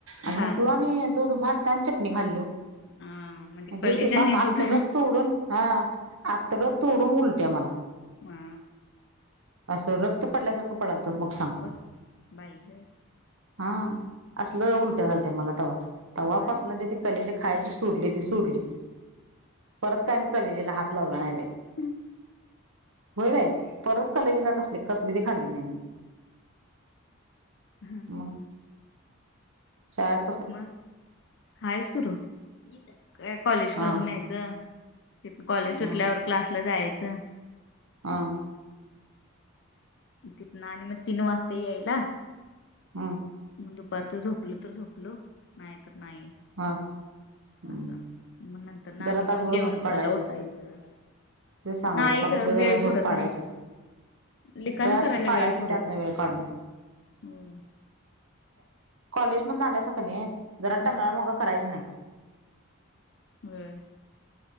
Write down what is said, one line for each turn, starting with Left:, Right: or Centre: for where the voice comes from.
Right: आणि
Left: हा
Right: उठलो आणि दूध भात चटणी खाल्लो आणि
Left: अ मग ते
Right: जे
Left: कलेजा
Right: चिपक
Left: आणि
Right: आतड
Left: दूध
Right: तोडून हा, आतडं तोडून उलट्या मला
Left: हा
Right: असं रक्त पडल्यासारखं पडालतं मग सांग
Left: बग, बाई गं
Right: हा, असलं उलट्या झालत्या मला, तवा, तवा
Left: होय
Right: पासून जे ते कलेजे खायची सोडली ते सोडलीच परत काय मी कलेजेला हात लावला नाही बाई
Left: हम्
Right: होय बाय परत कलेज काय कसले कसली बी खाल्ली नाही मी
Left: हम्-
Right: मग शाळत
Left: मग, हाय सुरू, काय कॉलेज करून
Right: हा
Left: यायचं कॉलेज सुटल्यावर
Right: हा
Left: क्लासला जायचं
Right: हा
Left: तिथन आणि मग तीन वाजतय यायला.
Right: हम्.
Left: मग दुपारचं झोपलो तर झोपलं नाही तर नाही.
Right: हा. हम्म
Left: असं मग नंतर
Right: जरा
Left: आणि मग
Right: तासभर
Left: जेवण
Right: झोप काढायचीच
Left: करायला उठायचं.
Right: ते सांगालोय
Left: नाही
Right: तास
Left: ग
Right: बर
Left: वेळ
Right: जरा झोप
Left: पुरत
Right: काढायचीच.
Left: नाही लिखाण
Right: जराशी
Left: करायला
Right: काढायची
Left: वेळ पुरत
Right: त्यातन
Left: नाही
Right: वेळ काढून.
Left: होय
Right: कॉलेज मधन आलास कणी जरा
Left: हा
Right: टंगळामंगळ करायचं नाही.
Left: होय.